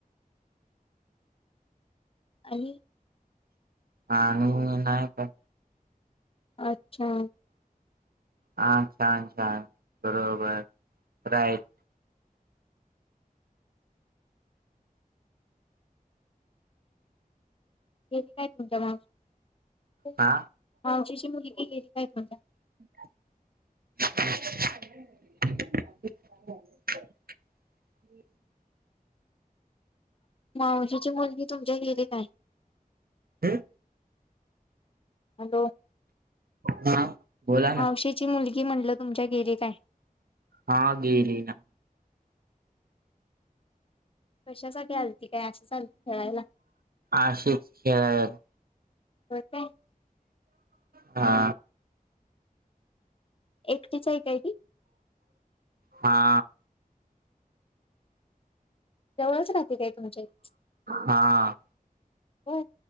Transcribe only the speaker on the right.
हा आणि नाही काय
हा छान छान बरोबर राईट
हा
<unintelligible> ह <unintelligible>
हम
हा बोला ना
हा गेली ना
आशिष खेळायला
हा
हा
हा